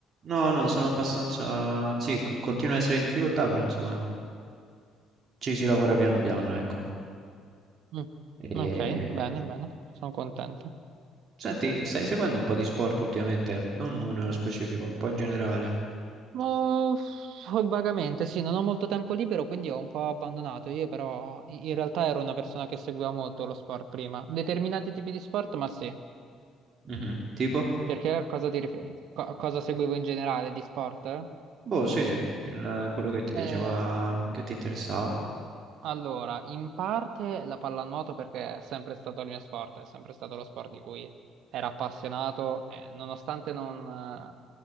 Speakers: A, on the right; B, on the right.
A: No, no, sono abbastanza... Sì, c- continuo a essere in difficoltà, però insomma ci si lavora piano piano, ecco.
B: Mm,
A: E...
B: Ok, bene, bene, sono contento.
A: Senti, stai seguendo un po' di sport ultimamente? Non uno nello specifico, un po' in generale.
B: Oh, vagamente, sì, non ho molto tempo libero, quindi ho un po' abbandonato. Io però i- in realtà ero una persona che seguiva molto lo sport prima. Determinati tipi di sport, ma sì.
A: Mhm. Tipo?
B: Perché a cosa ti riferi? Co- a cosa seguivo in generale di sport?
A: Boh, sì, il- quello che ti
B: Eh,
A: piaceva, che ti interessava.
B: Allora, in parte la pallanuoto perché è sempre stato il mio sport, è sempre stato lo sport di cui ero appassionato, e nonostante non, eh,